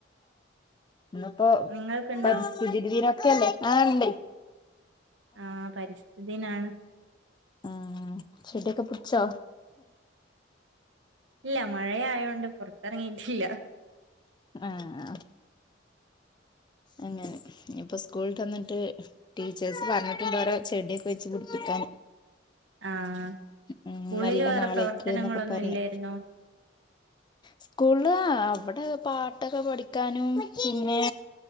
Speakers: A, on the left (about 25°); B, on the right (about 75°).
A: ഇന്നിപ്പോ
B: നിങ്ങൾക്കുണ്ടോ
A: പ്പ ശുചിതി ദിനത്തുവല്ലേ ആഹ് ണ്ടെ
B: ആഹ് പരിസ്ഥിതിനാണ്
A: ആഹ് ചെടിയൊക്കെ പുട്ച്ചോ
B: ഇല്ല മഴയായോണ്ട് പുറത്തിറങ്ങിയിട്ടില്ല
A: ആഹ് ആഹ് അങ്ങനെ ഇനിപ്പ സ്കൂൾട്ട് വന്നിട്ട് ടീച്ചേഴ്സ് പറഞ്ഞിട്ടുണ്ടോരോ ചെടിയ വെച്ച് പിട്പ്പിക്കാന്
B: ആ
A: ഉം
B: സ്കൂളില്
A: നല്ല
B: വേറെ
A: നാളേക്ക്ന്നൊക്കെ
B: പ്രവർത്തനങ്ങളൊന്നും
A: പർനേ
B: ഇല്ലായിരുന്നോ
A: സ്കൂൾള് അവടെ പാട്ടൊക്കെ പഠിക്കാനും പിന്നെ